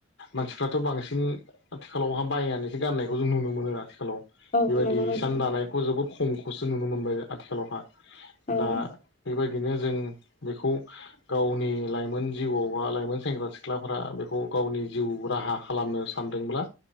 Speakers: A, on the left; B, on the left.
A: मानसिफ्राथ' बांसिन आथिखालावहा बायनानैसो गाननायखौ जों नुनो मोनो आथिखालाव
B: औ नंगौ
A: हिसान
B: नोंथां
A: दानायखौ जोबोद खमखौसो नुनो मोनबाय आथिखालावहा
B: औ
A: दा बेबायदि बिनो जों बेखौ गावनि लाइमोन जिउआव बा लाइमोन सेंग्रा सिख्लाफोरा बेखौ गावनि जिउ राहा खालामनो सानदोंब्ला।